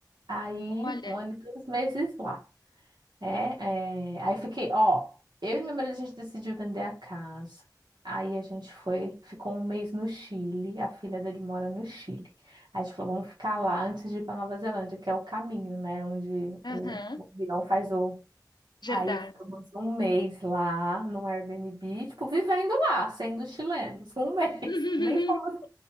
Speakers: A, on the right; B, on the left.
A: aí
B: Olha,
A: um ano e três meses lá. É, é, aí fiquei, ó, eu e meu marido a gente decidiu vender a casa. Aí a gente foi, ficou um mês no Chile, a filha dele mora no Chile. Aí a gente falou, vamos ficar lá antes de ir para Nova Zelândia, que é o caminho, né, onde
B: aham,
A: o, o avião faz o.
B: verdade.
A: Aí ficamos um mês lá no Airbnb, tipo, vivendo lá, sendo chilenos, um mês.
B: <laughs>
A: <laughs> Nem fomos